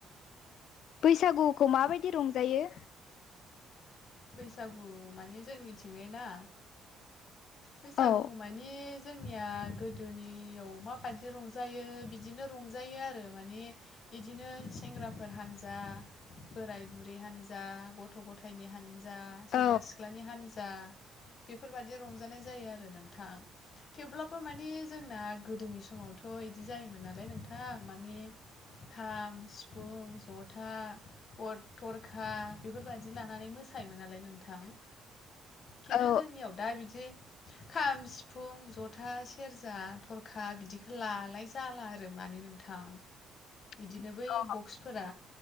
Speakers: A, on the left; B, on the left.
A: बैसागुखौ माबायदि रं जायो?
B: बैसागु माने जोंनिथिंजाय ना बैसागुखौ
A: औ
B: माने जोंनिया गोदोनियाव माबायदि रंजायो बिदिनो रंजायो आरो माने बिदिनो सेंग्राफोर हानजा बोराय बुरै हानजा गथ थ' गथायनि हानजा सेंग्रा
A: औ
B: सिख्लानि हानजा बेफोरबायदि रंजानाय जायो आरो नोंथां। थेवब्लाबो माने जोंना गोदोनि समावथ' बिदि जायोमोन नालाय नोंथां माने खाम सिफुं जथा अर थरखा बेफोरबा दि लानानै मोसायोमोन नालाय नोंथां खिन्थु
A: औ
B: जोंनियाव दा बिदि खाम सिफुं जथा सेरजा थरखा बिदिखो लालाय जाला आरो माने नोंथां।
A: <inaudible>
B: बिदिनो बै
A: औ
B: बक्सफोरा